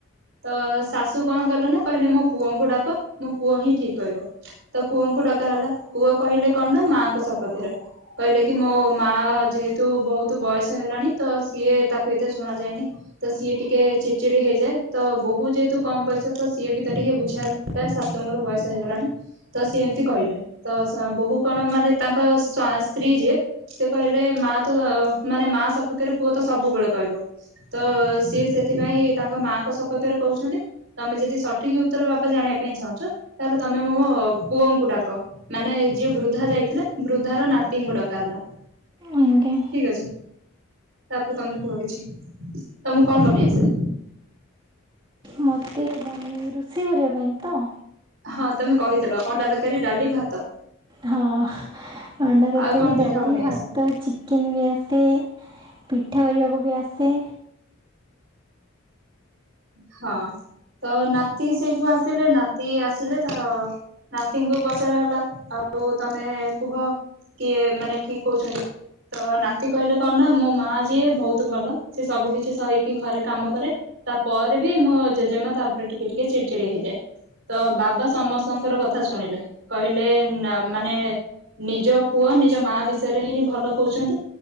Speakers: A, on the right (about 65°); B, on the right (about 25°).
A: ତ ଶାଶୁ କଣ କଲେ ନା କହିଲେ ମୋ ପୁଅଙ୍କୁ ଡାକ ମୋ ପୁଅ ହିଁ ଠିକ୍ କହିବ। ତ ପୁଅଙ୍କୁ ଡକା ହେଲା ପୁଅ କହିଲେ କଣ ନା ମାଙ୍କ ସପକ୍ଷରେ। କହିଲେ କି ମୋ ମା ଯେହେତୁ ବୋହୁତୁ ବୟସ ହେଲାଣି ତ ସିଏ ତାକୁ ଏତେ ଶୁଣା ଯାଏନି। ତ ସିଏ ଟିକେ ଚିଡଚିଡି ହେଇଯାଏ। ତ ବୋହୁ ଯେହେତୁ କମ୍ ବୟସ ତ ସିଏ ବି ତ ଟିକେ ବୁଝିବା ଦରକାର ଶାଶୁଙ୍କର ବୟସ ହେଇଗଲାଣି। ତ ସିଏ ଏମତି କହିଲେ, ତ ସ ବୋହୁ କଣ ମାନେ ତାଙ୍କ ସ୍ବା ସ୍ତ୍ରୀ ଯିଏ ସେ କହିଲେ ମା ତ ମାନେ ମା ସପକ୍ଷରେ ପୁଅ ତ ସବୁବେଳେ କହିବ। ତଅ ସିଏ ସେଥିପାଇଁ ତାଙ୍କ ମାଙ୍କ ସପକ୍ଷରେ କୋହୁଛନ୍ତି ତମେ ଯେଦି ସଠିକ ଉତ୍ତର ବାବା ଜାଣିଆ ପାଇଁ ଚାହୁଁଛ ତାହେଲେ ତମେ ମୋ ମୋ ପୁଅଙ୍କୁ ଡାକ। ମାନେ ଯିଏ ବୃଦ୍ଧା ଯାଇଥିଲା ବୃଦ୍ଧା ର ନାତିଙ୍କୁ ଡକା ହେଲା।
B: ଆଁଞା।
A: ଠିକ୍ ଅଛି, ତାପେରେ ତମେ କୁହ କିଛି ତମୁକୁ କଣ ବନେଇ ଆସେ?
B: ମତେ ବନେଇ ରୋଷେଇ କରିଆ ପାଇଁ ତ।
A: ହଁ ତମେ କହିଥିଲ ଅଣ୍ଡା ତରକାରୀ, ଡାଲି, ଭାତ।
B: ହଁଅଁ ଅଣ୍ଡା ତରକାରୀ,
A: ଆଉ କଣ ପିଠା
B: ଡାଲି,
A: ବନେଇ
B: ଭାତ,
A: ଆସେ?
B: ଚି କେନ୍ ବି ଆସେ ପିଠା କରିବାକୁ ବି ଆସେ।
A: ହଁଅଁ ତ ନାତି ସେଇଠୁ ଆସିଲେ ନାତି ଆସିଲେ ତ ନାତିଙ୍କୁ ପଚରା ହେଲା, ଆଉ ତମେ କୁହ କିଏ ମାନେ ଠିକ କହୁଛନ୍ତି? ତ ନାତି କହିଲେ କଣ ନା ମୋ ମା ଯିଏ ଭୋଉତୁ ଭଲ। ସିଏ ସବୁ କିଛି ସହିକି ଘରେ କାମ କରେ। ତାପରେ ବି ମୋ ଜେଜେମା ତା ଓପରେ ଟିକେ ଟିକେ ଚିଡଚିଡି ହେଇଯାଏ। ତ ବାବା ସମସ୍ତଙ୍କର କଥା ଶୁଣିଲେ କହିଲେ ନା ମାନେ ନିଜ ପୁଅ ନିଜ ମା ବିଷୟରେହି ହିଁ ଭଲ କୋହୁଛନ୍ତି।